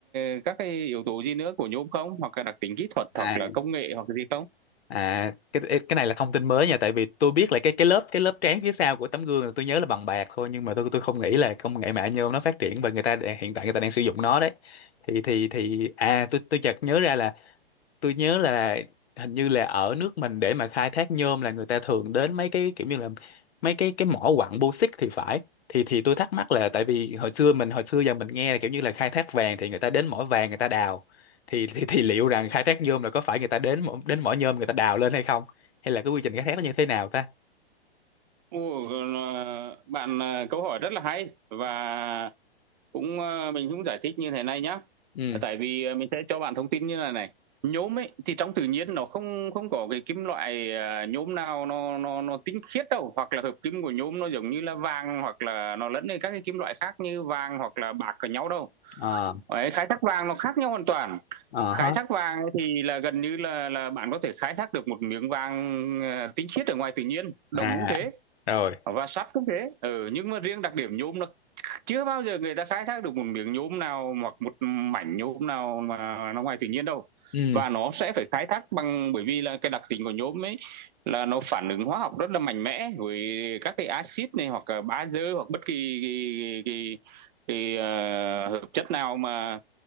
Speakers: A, on the right; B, on the left.
A: ờ, các cái yếu tố gì nữa của nhôm không? Hoặc là đặc tính kỹ thuật hoặc
B: à,
A: là công nghệ hoặc là gì không?
B: à cái cái này là thông tin mới nha tại vì tôi biết là cái cái lớp cái lớp trán phía sau của tấm gương là tôi nhớ là bằng bạc thôi nhưng mà tôi tôi không nghĩ là công nghệ mạng nhôm nó phát triển và người ta đã- hiện tại người ta đang sử dụng nó đấy thì thì thì à tôi tôi chợt nhớ ra là tôi nhớ là hình như là ở nước mình để mà khai thác nhôm là người ta thường đến mấy cái kiểu như là mấy cái cái mỏ quặng bô xít thì phải thì thì tôi thắc mắc là tại vì hồi xưa mình hồi xưa giờ mình nghe là kiểu như là khai thác vàng thì người ta đến mỏ vàng người ta đào thì thì, thì liệu rằng khai thác nhôm là có phải người ta đến mỏ, đến mỏ nhôm người ta đào lên hay không hay là cái quy trình khai thác nó như thế nào ta
A: Ồ, ờ, bạn, à, câu hỏi rất là hay và cũng, ơ, mình cũng giải thích như thế này nhá.
B: ừ
A: À, tại vì, à, mình sẽ cho bạn thông tin như là này, nhôm ấy thì trong tự nhiên nó không không có cái kim loại, à, nhôm nào nó nó nó tinh khiết đâu, hoặc là hợp kim của nhôm nó giống như là vàng hoặc là nó lẫn với các cái kim loại khác như vàng hoặc là bạc ở nhau đâu.
B: ờ
A: Ấy, khai thác vàng nó khác nhau hoàn toàn.
B: ờ hết
A: khai thác vàng thì là gần như là là bạn có thể khai thác được một miếng vàng à, tinh khiết ở ngoài tự nhiên đồng
B: à
A: cũng thế
B: rồi
A: và sắt cũng thế ừ, nhưng mà riêng đặc điểm nhôm là chưa bao giờ người ta khai thác được một miếng nhôm nào hoặc một mảnh nhôm nào mà nó ngoài tự nhiên đâu
B: ừ
A: và nó sẽ phải khai thác bằng bởi vì là cái đặc tính của nhôm ấy là nó phản ứng hóa học rất là mạnh mẽ với các cái axit này hoặc là bazơ hoặc bất kỳ cái, cái, cái, cái, uh, hợp chất nào mà